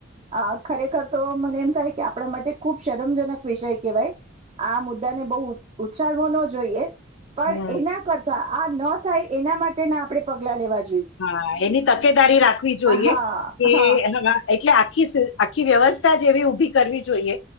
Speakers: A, on the right; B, on the left.
A: આ ખરેખર તો મને એમ થાય કે આપણા માટે ખુબ શરમજનક વિષય કેહેવાય આ મુદ્દા ને બહુ ઉછાળવો ન જોઈએ પણ
B: હમ
A: એના કરતા આ ન થાય એના માટેના આપડે પગલા લેવાએ
B: હા એની તકેદારી રાખવી જોઈએ
A: હા
B: કે
A: હા
B: એટલે આી આખી વ્યવસ્થા જ એવી ઉભી કરવી જોઈએ